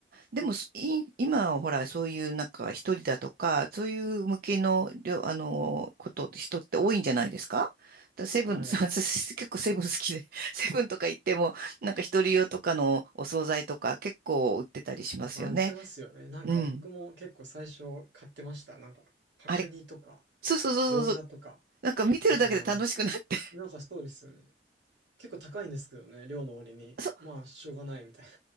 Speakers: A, on the right; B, on the right.
A: でも、すい今ほら、そういうなんか一人だとか、そういう向けの、りょあの、こと、人って多いんじゃないですかだセブン、
B: はい。
A: <laughs> 私結構セブン好きで、<laughs> セブンとか行っても、なんか一人用とかのお惣菜とか結構売ってたりしますよね。
B: あ、売ってますよね。なんか僕も結構最初買ってました。
A: うん。
B: なんか角煮とか
A: あれ、そうそうそうそうそう、
B: 餃子とか、
A: なんか見てるだけで楽しくなって。
B: あとまあなんか、なんかそうですよね。結構高いんですけどね、量の割に。
A: <laughs> そ、
B: まあしょうがないみたいな